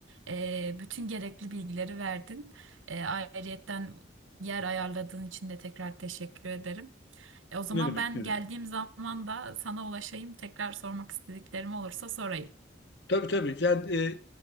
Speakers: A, on the right; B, on the left.
A: e, bütün gerekli bilgileri verdin. E, ayrıyetten yer ayarladığın için de tekrar teşekkür ederim. E, o zaman
B: Ne demek
A: ben
B: ne
A: geldiğim
B: demek.
A: zaman da sana ulaşayım. Tekrar sormak istediklerim olursa sorayım.
B: Tabii tabii. Sen e,